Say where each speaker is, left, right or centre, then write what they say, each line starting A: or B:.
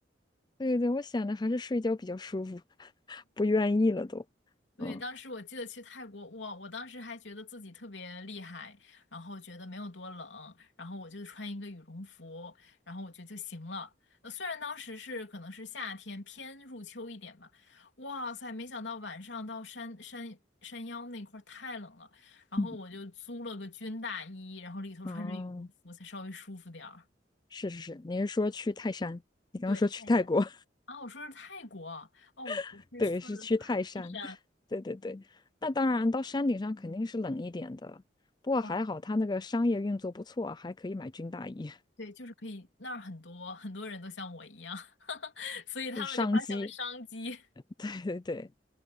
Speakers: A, on the left (about 25°); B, on the left (about 85°).
A: <laughs> 对对对，我想着还是睡觉比较舒服，<laughs> 不愿意了都。
B: 对，
A: 嗯
B: 当时我记得去泰国，哇，我当时还觉得自己特别厉害，然后觉得没有多冷，然后我就穿一个羽绒服，然后我觉得就行了。呃虽然当时是可能是夏天偏入秋一点吧，哇塞，没想到晚上到山山山腰那块儿太冷了，然后我就租了个军大衣，
A: 嗯，
B: 然后里头穿着羽绒服才稍微舒服点儿。
A: 哦，是是是，你是说去泰山？你刚刚说去泰国，
B: 对，太晒了啊，我说是泰国啊哦，我我是说的
A: <laughs> 对，是去泰山，
B: 泰山
A: 对对对。那当然，到山顶上肯定是冷一点的，不过还好他那个商业运作不错，
B: 哇，
A: 还可以买军大衣，
B: 对，就是可以，那儿很多很多人都像我一样，<laughs>
A: <laughs>
B: 所以他们就发现了商机，
A: 就是商机。<laughs> 对对对。